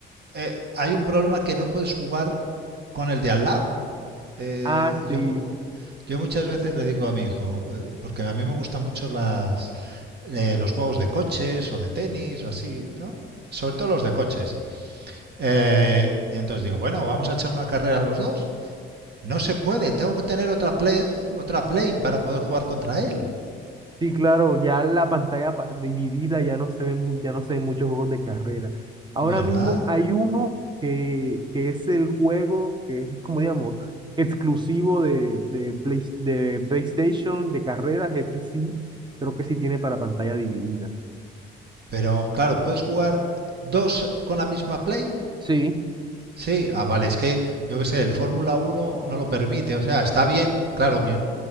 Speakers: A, on the right (about 55°); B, on the right (about 20°).
A: eh, hay un problema que no puedes jugar con el de al lado. Eh,
B: Ah, sí,
A: yo, yo muchas veces le digo a mi hijo, eh, porque a mí me gustan mucho las, eh, los juegos de coches o de tenis o así, ¿no? Sobre todo los de coches. Eh, y entonces digo, bueno, vamos a echar una carrera a los dos. No se puede, tengo que tener otra play, otra play para poder jugar contra él,
B: Sí, claro, ya la pantalla pa- dividida ya no se ve, mu- ya no se ven muchos juegos de carrera. Ahora
A: ¿verdad?
B: mismo hay uno que, que es el juego que es, como digamos, exclusivo de, de, Play- de PlayStation, de carreras, ese sí, creo que sí tiene para pantalla dividida.
A: Pero claro, ¿puedes jugar dos con la misma play?
B: Sí,
A: Sí, ah, vale, es que yo qué sé, el Fórmula uno no lo permite, o sea, está bien. Claro, mi,